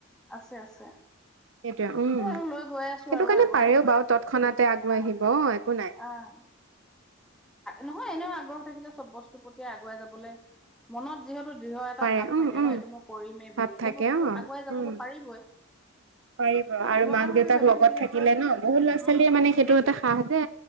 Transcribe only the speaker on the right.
সেইটোৱে উম।
সেইটো
কাৰণে
পাৰেও বাৰু তৎক্ষণাতে আগবাঢ়িব
অ
একো নাই
পাৰে
উম
উম
ভাৱ
থাকে
অ
উম
পাৰিব আৰু
মাক দেউতাক
লগত থাকিলে
ন বহুত ল'ৰা
ছোৱালীয়ে মানে।
সেইটো
এটা সাহ দে